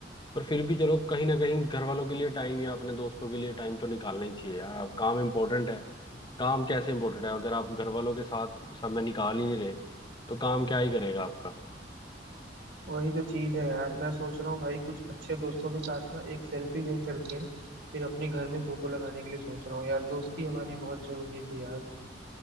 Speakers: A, on the left; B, on the right.
A: पर फिर भी चलो कहीं ना कहीं घर वालों के लिए टाइम या अपने दोस्तों के लिए टाइम तो निकालना ही चाहिए यार अब काम इम्पोर्टेंट है काम कैसे इम्पोर्टेंट है अगर आप घर वालों के साथ समय निकाल ही नहीं रहे तो काम क्या ही करेगा आपका
B: वही तो चीज है यार मैं सोच रहा हूँ भाई कुछ अच्छे दोस्तों के साथ ना एक सेल्फी ले करके फिर अपने घर में फोटो लगाने के लिए सोच रहा हूँ यार दोस्ती हमारी बहुत जरूरी थी यार